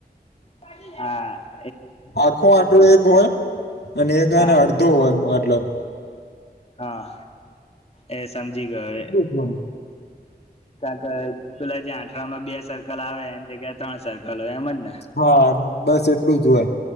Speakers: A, on the left; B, on the left.
A: હ.
B: આખો આટલો એક હોય અને એકને
A: હા
B: અડધો હોય મતલબ.
A: હા. એ સમજી ગયો.
B: ય.
A: કારણ કે પેલા જ્યાં આઠરામાં બે સર્કલ આવે એની જગ્યા ત્રણ સર્કલ હોય એમ જને.
B: હા. બસ એટલું જ હોય.